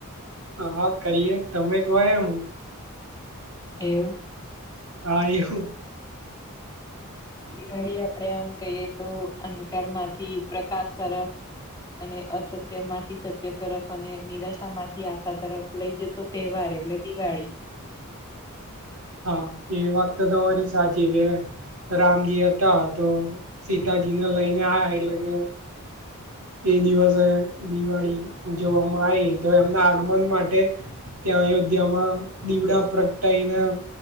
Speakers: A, on the right; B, on the left.
A: હા હા કરીએ. તમે કો એમ.
B: એવું?
A: હા એવું.
B: દિવાળી આપડે આમ કહીએ તો અંધકાર માંથી પ્રકાશ તરફ અને અસત્ય માંથી સ ત્ય તરફ અને નિરાશા માંથી આશા તરફ લઈ જતો તેહવાર એટલે દિવાળી.
A: હા એ વાત તો તમારી સાચી કે રામજી હતા તો સીતાજીને લઈને આયા એટલે કે એ દિવસે દિવાળી ઉજવવામાં આઈ, તો એમના આગમન માટે ત્યાં અયોધ્યા માં દીવડા પ્રગટાઈને